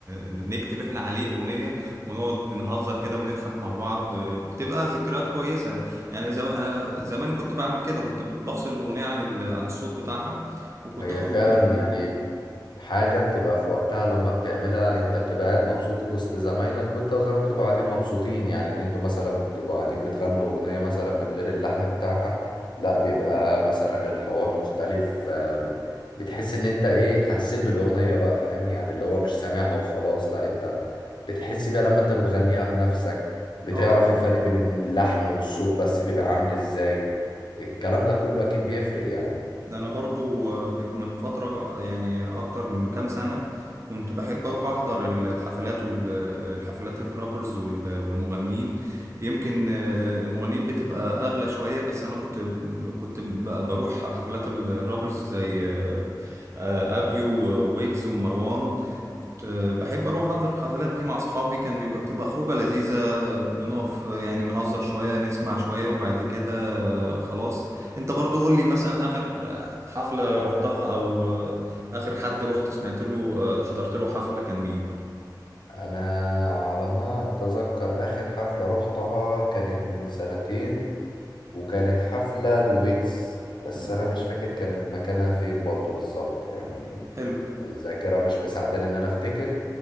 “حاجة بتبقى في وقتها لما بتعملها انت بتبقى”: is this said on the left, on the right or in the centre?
Left